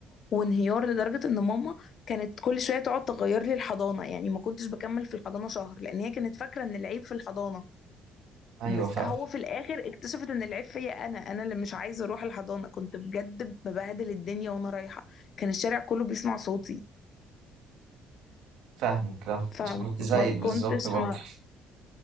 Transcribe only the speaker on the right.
أيوه
فاهم
فاهمك لا
مش كنت زيك بالظبط
برضه